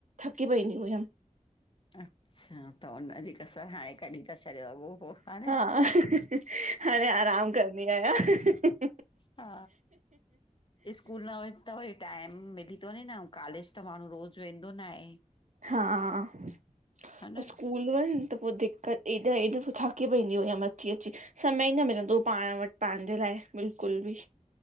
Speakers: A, on the right; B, on the left.
A: थकी पईंदी हुयम
B: अच्छा त उन्ह जी कसरि हाणें कढी ता छॾियो अॻो पो हा न
A: हाणें आराम कंदी आहियां।
B: हा स्कूल न वि त वरी टाइम मिली तो वंञे न, अंउं कॉलेज त माण्हूं रोज़ु वेंदो ना हे
A: हा---स्कू
B: न
A: स्कूल वंञ त पो दिक्क़त, एॾा एॾो पो थकी पईंदी हुयमि अची -अची समय ई न मिलंदो हो पांण वटि पांजे लाए बिल्कुलु बि